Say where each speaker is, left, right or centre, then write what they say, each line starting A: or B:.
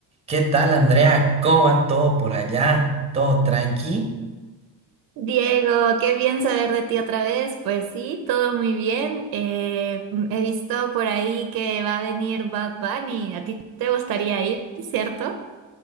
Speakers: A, on the right; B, on the right.
A: ¿Qué tal, Andrea? ¿Cómo va todo por allá? ¿Todo tranqui?
B: Diego, qué bien saber de ti otra vez. Pues sí, todo muy bien. Eh, mm, he visto por ahí que va a venir Bad Bunny. ¿A ti te gustaría ir, cierto?